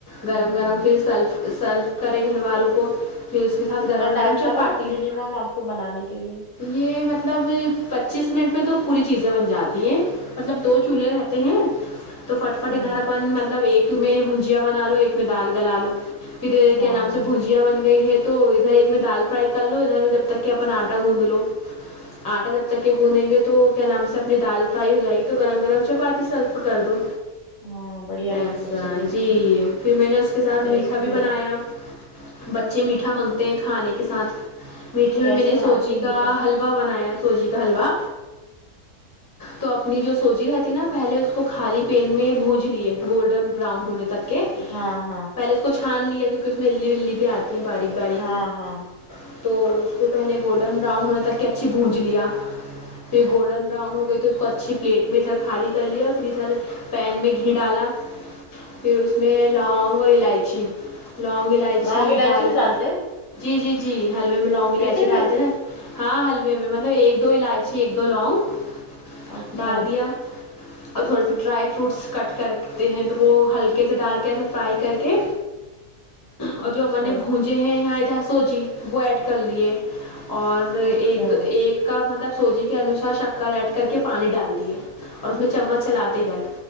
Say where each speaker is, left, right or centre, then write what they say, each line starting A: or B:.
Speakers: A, on the left; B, on the left.
A: ہ
B: گرم گرم پھر سرف سرف کرے گھر والوں کو پھر اس کے ساتھ
A: کتنا
B: گرم
A: ٹائم
B: گرم چپاتی
A: لگا منیمم آپ کو بنانے کے لیے
B: یہ مطلب پچیس منٹ میں تو پوری چیزیں بن جاتی ہیں مطلب دو چولہے رہتے ہیں تو فٹ فٹ
A: ہاں
B: ادھر اپن مطلب ایک میں بھجیا بنا لو ایک میں دال گلا لو پھریہ
A: ہاں
B: کیا نام
A: ہاں
B: سے بھجیا بن گئی ہے تو ادھر ایک میں دال فرائی کر لو ادھر میں جب تک کہ اپنا آٹا گوند لو آٹا جب تک کہ گوندیں گے تو کیا نام سے اپنی دال فرائی ہو جائے گی تو گرم گرم چپاتی سرف کر دو
A: ہاں بڑھیا
B: ایسا
A: لگتا اس سے ٹیسٹی
B: جی پھر میں نے اس کے ساتھ
A: ٹیسٹ
B: میٹھا بھی بنایا
A: آتا
B: بچے میٹھا مانگتے ہیں کھانے کے ساتھ میٹھے
A: کیسے
B: میں میں نے
A: بناتی
B: سوجی
A: ہوں
B: کا
A: میٹھا
B: حلوا حلوا بنایا سوجی کا حلوا تو اپنی جو سوجی رہتی نا پہلے اس کو خالی پین میں بونج لیے گولڈن براؤن ہونے تک کے
A: ہاں ہاں
B: پہلے اس کو چھان لیا کیونکہ اس میں الی ولی بھی آتی ہے باریک باریک
A: ہاں ہاں
B: تو اس کو پہلے گول ڈن براؤن ہونے تک کہ اچھی بونج لیا پھر گولڈن براؤن ہو گئی تھی اس کو اچھی پلیٹ میں ادھر خالی کر لیا پھر ادھر پین میں ڈالا پھر اس میں لونگ اور الائ چی لونگ الائچی
A: لونگ
B: ڈال
A: بھی ڈالتے ہیں
B: جی جی جی حلوے میں لونگ الائچی
A: میٹھے
B: ڈالتے
A: میں
B: ہے ہاں حلوے میں مطلب ایک دو الائچی ایک دو لونگ
A: اچھا
B: ڈال دیا اور تھوڑے سے ڈرائی فروٹس کٹ کرتے ہیں تو وہ ہلکے سے ڈال کے ایسے فرائی کر کے اور
A: اچھا
B: جو اپن نے بھونجے ہیں یہاں ادھر سوجی وہ ایڈ کر لیے اور ایک
A: اچھا
B: ایک کا مطلب سوجی کے انوسار شکر ایڈ کر کے پانی ڈال دیے اور اس میں چممچ چلاتے
A: ہوں
B: گئے